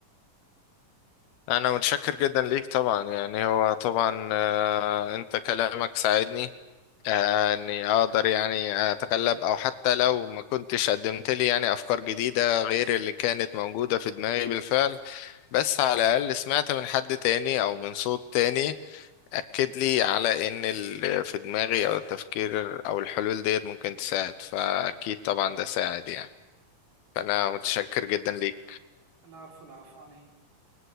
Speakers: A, on the left; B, on the right.
A: انا متشكر جدا ليك طبعا يعني هو طبعا آه، انت كلامك ساعدني آه، اني اقدر يعني اتغلب او حتى لو ما كنتش قدمت لي يعني افكار جديدة غير اللي كانت موجودة في دماغي بالفعل بس على الأقل سمعت من حد تاني أو من صوت تاني أكد لي على إن اللي في دماغي أو التفكير أو الحلول ديت ممكن تساعد فأكيد طبعا ده ساعد يعني فأنا متشكر جدا ليك
B: العفو العفو علي